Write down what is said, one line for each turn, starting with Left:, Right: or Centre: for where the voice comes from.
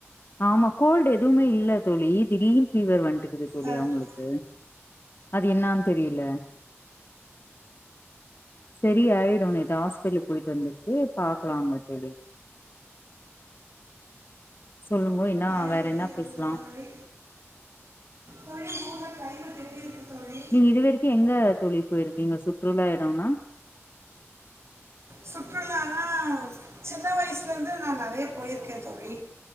Left: ஆமா கோல்டு் எதுவுமே இல்ல தோழி இ திடிர் ஃபீவர் வந்துட்டு து தல்லியா
Right: எனக்கு
Left: உங்களுக்கு அது என்னான்ு தெரியல சரி ஆயிடும் இத ஆ போயிட்டு வந்திருக்கு பாக்கலாம்ங்க தெளி சொல்லுங்க என்ன்னா
Right: எப்படி
Left: வேற என்ன பேசலாம்
Right: இருக்குது தோழி தோழி உங்களோட எப்படி இருக்கு தோழி
Left: நீங்க இது வரைக்கும் எங்க தொழில் போயிருக்கீங்க சுற்றுலா இடம்னா
Right: சுற்றுலனா சின்ன வயசுல இருந்து நான் நிறைய போயிருக்கேன் தொழி